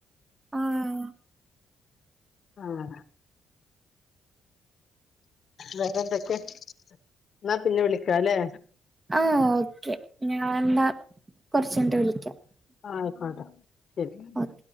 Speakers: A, on the right (about 25°); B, on the left (about 50°).
A: ആഹ
B: ആഹ വേറെ എന്തൊക്കെ എന്നാ പിന്നെ വിളിക്ക അല്ലേ
A: ആ ഓക്കെ ഞൻ എന്താ കൊറച്ചട്ട വിളിക്കാം
B: ആഹ ആയിക്കോട്ടോ ശരി
A: ഓക്കെ